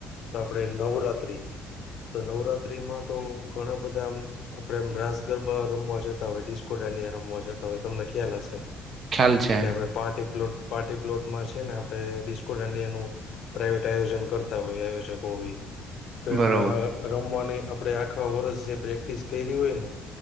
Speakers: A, on the left (about 50°); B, on the right (about 35°).
A: તો આપણેે નવરાત્રી તો નવરાત્રીમાં તો. ઘણા બધા આમ આપડે રાસ. ગરબા રમવા જતા હોય ડિસ્કો ડડિયા રમવા જતા હોય તમને ખ્યાલ હશે.
B: ખ્યાલ છે.
A: કે આપણે પાર્ટી પ્લોટ પાર્ટી પ્લોટમાં છે ને આપણે ડિસ્કો ડાંડીયા નુ પ્રાઇવેટ આયોજન કરતા હોય આયોજકો બી તો
B: બરોબર
A: એમાં. રમવાની આપે આખા વર્ષ જે પ્રેક્ટિસ કેયરી હોય ને